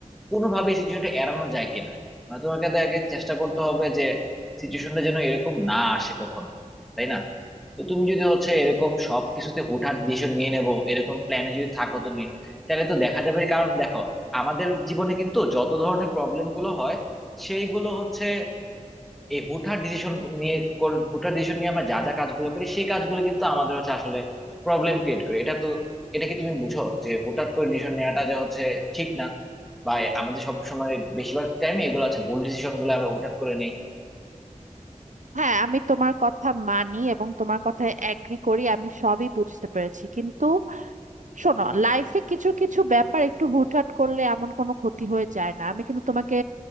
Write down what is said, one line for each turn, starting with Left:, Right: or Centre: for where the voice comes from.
Centre: কোনোভাবে সিচুয়েশনটা এড়ানো যায় কিনা মানে তোমাকে তো আগে চেষ্টা করতে হবে যে সিচুয়েশনটা যেন এরকম না আসে কখনো তাই না তো তুমি যদি হচ্ছে এরকম সব কিছুতে হুটহাট ডিসিশন নিয়ে নেবো এরকম প্ল্যানে যদি থাকো তুমি তাহলে তো দেখা যাবে কারণ দেখো আমাদের জীবনে কিন্তু যত ধরনের প্রবলেম গুলো হয় সেইগুলো হচ্ছে এই হুটহাট ডিসিশন নিয়ে কর- হুটহাট ডিসিশন নিয়ে আমরা যা যা কাজগুলো করি সেই কাজগুলো কিন্তু আমাদের হচ্ছে আসলে প্রবলেম ক্রিয়েট করে এটা তো এটা কি তুমি বুঝো যে হুটহাট করে ডিসিশন নেওয়াটা যে হচ্ছে ঠিক না বা এ- আমাদের সব সময় বেশিরভাগ টাইমে এগুলো আছে ভুল ডিসিশন গুলো আমরা হুটহাট করে নেই
Right: হ্যাঁ আমি তোমার কথা মানি এবং তোমার কথায় অ্যাগ্রি করি আমি সবই বুঝতে পেরেছি কিন্তু শোনো লাইফে কিছু কিছু ব্যাপার একটু হুটহাট করলে এমন কোনো ক্ষতি হয়ে যায় না আমি কিন্তু তোমাকে